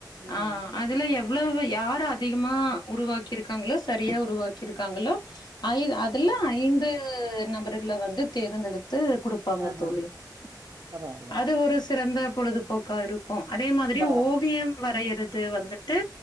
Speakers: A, on the right; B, on the left.
A: ம்
B: ஆ அதுல எவ்ளவு யார் அதிகமா உருவாக்கிருக்காங்ளோ சரியா உருவாக்கிருக்காங்ளோ ஐ அதுல ஐந்து நபர்கள வந்து தேர்ந்தெடுத்து குடு ப்பாங்க
A: ஆஹா
B: தோழி
A: பரவால்ல
B: அது ஒரு சிறந்த பொழுதுபோக்காரு க்கு அதே மாதிரி
A: பா
B: ஓவியம் வரையறது வந்துட்டு